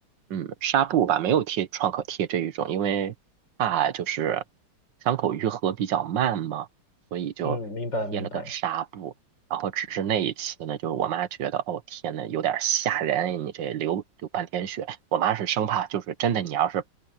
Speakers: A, on the right; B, on the left.
A: 嗯，纱布吧，没有贴创可贴这一种，因为怕就是伤口愈合比较慢嘛，所以就贴了个纱布。
B: 嗯，明白明白。
A: 然后只是那一次呢，就是我妈觉得，哦天呐，有点吓人，哎你这流流半天血。我妈是生怕就是真的，你要是